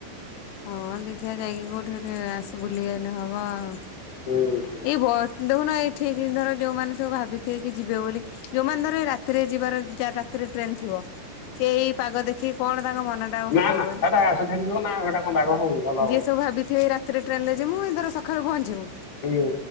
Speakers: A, on the left; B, on the left.
A: ହଁ ଦେଖିଆ ଯାଇକି କୋଉଠି ଗୋଟେ ଆସ ବୁଲି ଗଲେ ହବ ଆଉ।
B: ହୁଁ ହୁଁ।
A: ଏଇ ବ ଦେଖୁନ ଏଇଠିକ ଧର ଯୋଉମାନେ ସବୁ ଭାବିଥିବେ କି ଯିବେ ବୋଲି ଯୋଉମାନେ ଧର ଏଇ ରାତିରେ ଯିବାର ଯା ରାତିରେ ଟ୍ରେନ ଥିବ ସେ ଏଇ ପାଗ ଦେଖି କଣ ତାଙ୍କ ମନ ଟା ଆଉ
B: ନା
A: ହବ
B: ନା
A: କୁହନି।
B: ହେଟା ଆଶା ଛାଡିଯିବ ନା ହେଟା କଣ ବାଗ ହବ କି ଭଲ ହବନି
A: ଯିଏ ସବୁ ଭାବିଥିବେ ଏଇ ରାତିରେ ଟ୍ରେନରେ ଯିମୁ ଧର ସକାଳୁ ପହଞ୍ଚିବୁ
B: ହୁଁ।